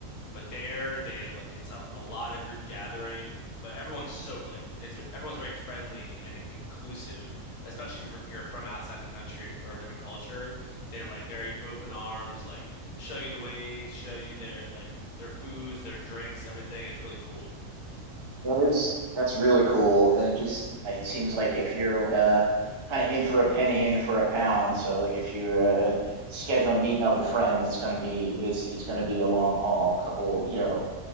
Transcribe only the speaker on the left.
but there, they it's a, a lot of group gathering, but everyone's so like it's everyone's very friendly and in- inclusive, especially if you're from outside the country or a different culture. They're like very open arms, like show you the ways, show you their like their foods, their drinks, everything. It's really cool.